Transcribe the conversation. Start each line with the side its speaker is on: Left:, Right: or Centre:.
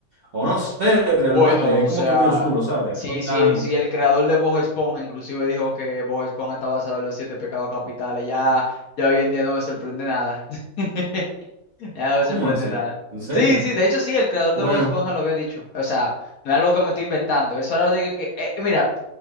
Right: o no sé, realmente,
Left: Bueno, o
Right: es como
Left: sea,
Right: que muy oscuro, ¿sabes?
Left: sí,
Right: No tan,
Left: sí, sí. el creador de Bob Esponja inclusive dijo que Bob Esponja está basado en los siete pecados capitales, ya, ya hoy en día no me sorprende nada. <laughs> Ya no
Right: ¿cómo
Left: me sorprende
Right: así?
Left: nada.
Right: ¿En serio?
Left: Sí, sí, de hecho sí, el creador
Right: Bueno,
Left: de Bob Esponja lo había dicho. O sea, no es algo que me estoy inventando. Eso ahora lo digo que... eh, mira,